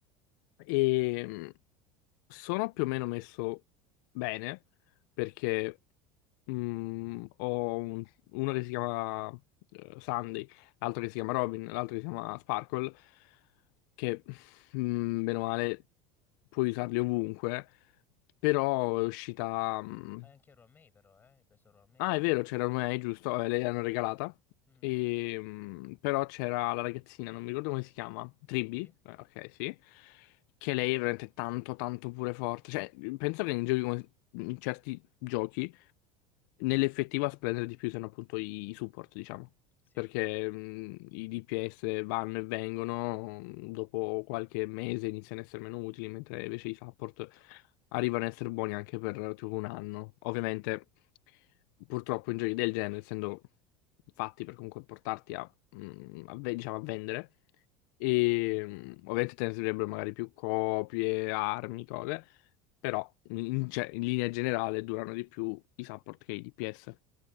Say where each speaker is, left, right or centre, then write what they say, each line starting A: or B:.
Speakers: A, on the left; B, on the left.
A: e, mh, sono più o meno messo bene perché. Mm, ho un- uno che si chiama eh, Sunday, l'altro che si chiama Robin, l'altro che si chiama Sparkle, che mm, bene o male puoi usarli ovunque, però è uscita... mm,
B: Ah, e anche Romei però, eh? Hai preso Romei.
A: Ah, è vero, c'era May, giusto? Eh, lei l'hanno regalata.
B: Mhm.
A: E, mm, però c'era la ragazzina, non mi ricordo come si chiama, Tribby,
B: 3B?
A: eh, ok, sì, che lei è veramente tanto, tanto pure forte. Cioè, penso che in giochi come- in certi giochi Nell'effettivo a spendere di più sono appunto i, i support, diciamo,
B: Sì.
A: perché mh, i DPS vanno e vengono, mh, dopo qualche mese iniziano a essere meno utili, mentre invece i support arrivano a essere buoni anche per tipo un anno. Ovviamente, purtroppo in giochi del genere, essendo fatti per comunque portarti a, mh, a ve- diciamo, a vendere, e mh, ovviamente te ne servirebbero magari più copie, armi, cose però in, cioè, in linea generale durano di più i support che i DPS.